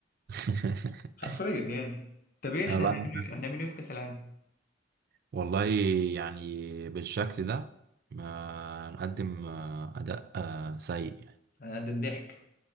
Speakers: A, on the right (about 55°); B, on the left (about 50°).
A: <laughs>
B: حرفيا يعني طب ايه احنا
A: أنا لا
B: هنعمل ايه هنعمل ايه في كاس العالم
A: والله يعني بالشكل ده ما نقدم آه، اداء آه، سيء يعني
B: هنقدم ضحك